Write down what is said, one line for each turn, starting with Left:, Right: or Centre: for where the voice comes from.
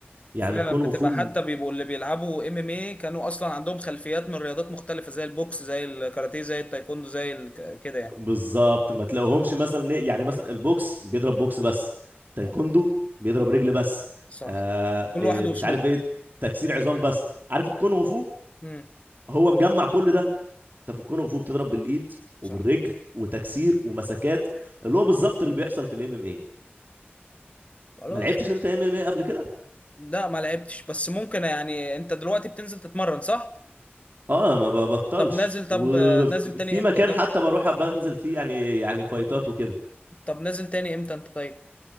Right: يعني
Left: فعلا
Right: الكونغ
Left: بتبقى
Right: فو م-
Left: حتى بيبقوا اللي بيلعبوا ام ام اي كانوا اصلا عندهم خلفيات من رياضات مختلفه زي البوكس زي الكاراتيه زي التايكوندو زي ال- كده يعني
Right: بالظبط ما تلاقوهمش مثلا إيه، يعني مثلا البوكس بيضرب بوكس بس تايكوندو
Left: آه،
Right: بيضرب رجل بس
Left: صح
Right: آه
Left: كل
Right: إيه،
Left: واحد واسلوبه
Right: مش عارف ايه تكسير عظام بس عارف الكونغ فو
Left: امم
Right: هو مجمع كل ده انت في الكونغ فو بتضرب بالايد وبالرجل
Left: صح
Right: وتكسير ومسكات اللي هو بالظبط اللي بيحصل في الام ام اي
Left: خلاص
Right: ما لعبتش انت ام ام اي قبل كده
Left: لا ما لعبتش بس ممكن يعني انت دلوقتي بتنزل تتمرن صح
Right: اه ما ببطلش
Left: طب نازل طب
Right: وفي
Left: آه، نازل تاني امتى
Right: مكان
Left: طب
Right: حتى بروح بنزل فيه يعني يعني فايتات وكده
Left: طب نازل تاني امتى انت طيب